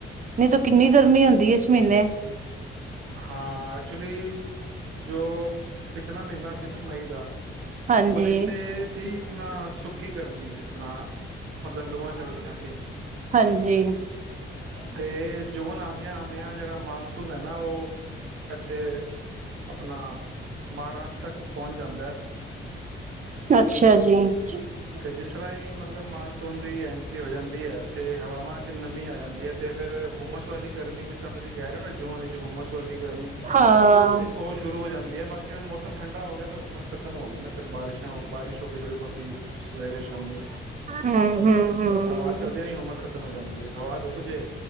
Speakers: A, on the right (about 40°); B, on the right (about 80°).
A: ਨਹੀਂ ਤਾਂ ਕਿੰਨੀ ਗਰਮੀ ਹੁੰਦੀ ਇਸ ਮਹੀਨੇ
B: ਹਾਂ ਐਕਚੁਲੀ ਜੋ ਪਿਛਲਾ ਮਹੀਨਾ ਸੀ ਨਾ ਮਈ ਦਾ
A: ਹਾਂਜੀ
B: ਉਹਦੇ ਚ ਤੇ ਸੀ ਆਪਣਾ ਸੁੱਕੀ ਗਰਮੀ ਚ ਇਸ ਤਰ੍ਹਾਂ ਮਤਲਬ ਲੂਆਂ ਚੱਲਦੀਆਂ ਸੀ।
A: ਹਾਂਜੀ
B: ਤੇ ਜੂਨ ਆਦਿਆਂ-ਆਦਿਆਂ ਜਿਹੜਾ ਮ ਸੁਣਿਆ ਨਾ ਉਹ ਇੱਥੇ ਆਪਣਾ- ਮਹਾਰਾਸ਼ਟਰ ਤੱਕ ਪਹੁੰਚ ਜਾਂਦਾ ਹੈ।
A: ਅੱਛਾ ਜੀ, ਅੱਛਾ-ਅੱਛਾ,
B: ਜਿਸ ਤਰ੍ਹਾਂ ਹੀ ਮਤਲਬ ਮਾਨਸੂਨ ਦੀ ਐਂ, ਹੋ ਜਾਂਦੀ ਹੈ ਅਤੇ ਹਵਾਵਾਂ ' ਨਮੀ ਆ ਜਾਂਦੀ ਹੈ ਅਤੇ ਫਿਰ ਹੁੁੰਮਸ ਵਾਲੀ ਗਰਮੀ ਜਿਸ ਤਰ੍ਹਾਂ ਤੁਸੀਂ ਕਹਿ ਰਹੇ ਹੋ ਨਾ ਜੂਨ ਵਿੱਚ ਹੁੁੰਮਸ ਵਾਲੀ ਗਰਮੀ
A: ਹਾਂ
B: ਤੇ ਉਹ ਸ਼ੁਰੂ ਹੋ ਜਾਂਦੀ ਹੈ ਬਾਕੀ ਹੁਣ ਮੌਸਮ ਠੰਡਾ ਹੋ ਗਿਆ ਤਾਂ ਹੁਮਸ ਖਤਮ ਹੋ ਗਈ ਨਾ ਫਿਰ ਬਾਰਿਸ਼ ਅਤੇ ਉਹ ਬਾਰਿਸ਼ ਹੋ ਥੋੜੀ ਬਹੁਤੀਈ ਸਵੇਰੇ ਸ਼ਾਮੀ
A: ਹਮ ਹਮ ਹਮ
B: ਹਵਾ ਚਲਦੀ ਆ ਨੀ ਹੁੰਮਸ ਖਤਮ ਹੋ ਜਾਂਦੀ ਹੈ ਹਵਾ ਰੁਕ ਜੇ